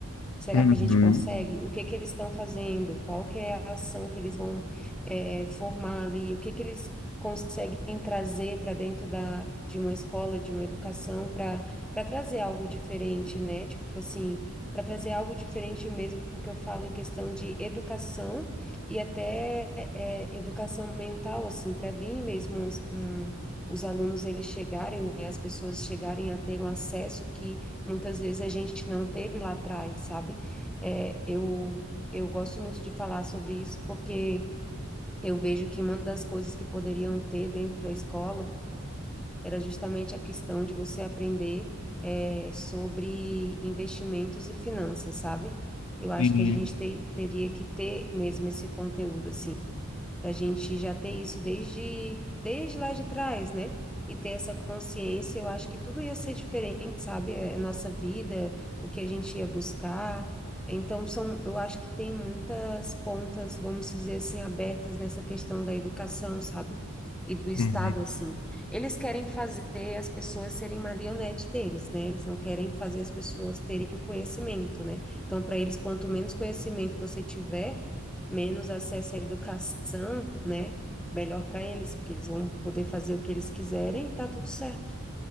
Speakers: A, in the centre; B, on the left (about 70°).
A: Será
B: Uhum.
A: que a gente consegue? O que que eles estão fazendo? Qual que é a ação que eles vão eh, formar ali? O que que eles conseguem trazer para dentro da, de uma escola, de uma educação, para para trazer algo diferente, né? Tipo assim, para trazer algo diferente mesmo que eu falo em questão de educação e até eh, educação mental, assim, para vir mesmo uns- um, os alunos eles chegarem, né? As pessoas chegarem a ter um acesso que muitas vezes a gente não teve lá atrás, sabe? É, eu, eu gosto muito de falar sobre isso porque eu vejo que uma das coisas que poderiam ter dentro da escola era justamente a questão de você aprender é, sobre investimentos e finanças, sabe? Eu acho
B: Sim.
A: que a gente te- teria que ter mesmo esse conteúdo, assim para a gente já ter isso desde, desde lá de trás, né? E ter essa consciência, eu acho que tudo ia ser diferente, sabe? É, A nossa vida, o que a gente ia buscar. Então, são, eu acho que tem muitas pontas, vamos dizer assim, abertas nessa questão da educação, sabe? E do Estado,
B: Uhum.
A: assim. Eles querem fazer as pessoas serem marionete deles, né? Eles não querem fazer as pessoas terem conhecimento, né? Então, para eles, quanto menos conhecimento você tiver, menos acesso à educação, né? Melhor para eles, porque eles vão poder fazer o que eles quiserem e tá tudo certo.